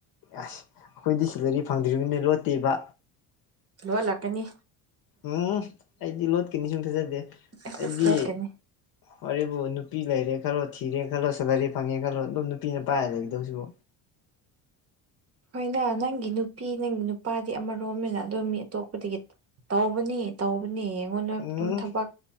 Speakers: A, on the left; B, on the right.
A: ꯑꯁ ꯑꯩꯈꯣꯏꯗꯤ ꯁꯦꯂꯔꯤ ꯐꯪꯗ꯭ꯔꯤꯕꯉꯅꯤꯅ ꯂꯣꯠꯇꯦꯕ
B: ꯂꯣ ꯂꯥꯛꯀꯅꯤ
A: ꯎꯝ ꯑꯩꯗꯤ ꯂꯣꯠꯀꯅꯤ ꯁꯨꯝ ꯊꯥꯖꯗꯦ
B: ꯑꯁ
A: ꯑꯩꯗꯤ
B: ꯑꯁ ꯂꯣꯠꯀꯅꯤ
A: ꯋꯥꯔꯤꯕꯨ ꯅꯨꯄꯤ ꯂꯩꯔꯦ ꯈꯜꯂꯣ ꯊꯤꯔꯦ ꯈꯜꯂꯣ ꯁꯦꯂꯔꯤ ꯐꯪꯉꯦ ꯈꯜꯂꯣ ꯑꯗꯨꯝ ꯅꯨꯄꯤꯅ ꯄꯥꯏꯔꯒ ꯂꯩꯒꯗꯧꯁꯤꯕꯨ
B: ꯑꯩꯣꯏꯅ ꯅꯪꯒꯤ ꯅꯨꯄꯤ ꯅꯪꯒꯤ ꯅꯨꯄꯥꯗꯤ ꯑꯃꯔꯣꯝꯅꯤꯅ ꯑꯗꯣ ꯃꯤ ꯑꯇꯣꯞꯄꯗꯒꯤ ꯇꯧꯕꯅꯤ ꯇꯧꯕꯅꯤ ꯑꯩꯉꯣꯟꯗ
A: ꯎꯝ
B: ꯑꯗꯨꯝ ꯊꯕꯛ